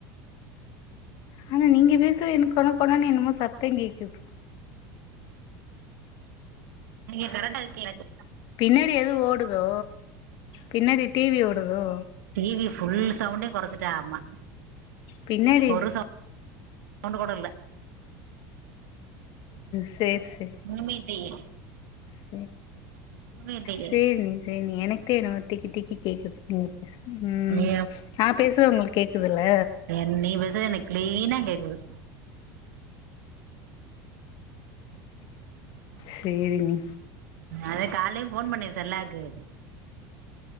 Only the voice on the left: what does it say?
ஆனா நீங்க பேசுற எனக்கு கொன கொனான்னு என்னமோ சத்த கேக்குது
பின்னாடி எதுவு ஓடுதோ பின்னாடி டீவி ஓடுதோ
பின்னாடி
சேரி சே
சே
சேரி நீ சே நீ எனக்கே என்னவோ திக்கி திக்கி கேக்குது நீங்க பேசு ம்
நா பேசுறது உங்களுக்கு கேக்குதுல
சேரிணி